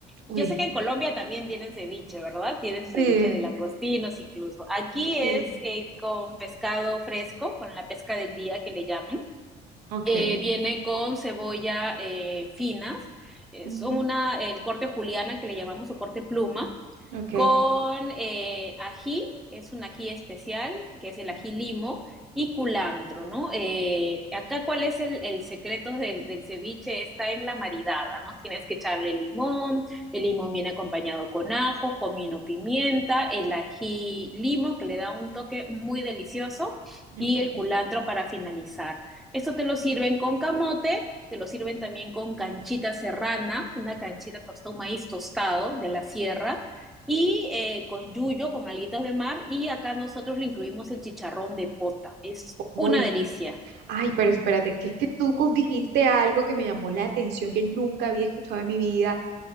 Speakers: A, on the right; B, in the centre.
A: Uy,
B: Yo sé que en Colombia también tienen ceviche, ¿verdad? Tienen su ceviche
A: sí,
B: de langostinos incluso. Aquí es
A: sí,
B: eh, con pescado fresco, con la pesca del día que le llaman.
A: ok.
B: Eh, viene con cebolla eh, finas, eh,
A: Ujú,
B: son una, el corte juliana que le llamamos o corte pluma,
A: Ok,
B: con eh, ají, es un ají especial, que es el
A: ok,
B: ají limo, y culantro, ¿no? Eh, acá, ¿cuál es el, el secreto del, del, ceviche? Está en la maridada, ¿no? Tienes que echarle limón, el limón viene acompañado con ajo, comino, pimienta, el ají limo, que le da un toque muy delicioso, y
A: ok.
B: el culantro para finalizar. Esto te lo sirven con camote, te lo sirven también con canchita serrana, una canchita tostado, un maíz tostado de la sierra, y eh, con yuyo, con alitas de mar, y acá nosotros le incluimos el chicharrón de pota. Es
A: Uy,
B: una delicia.
A: ay, pero espérate, que es que tú co- dijiste algo que me llamó la atención, que nunca había escuchado en mi vida,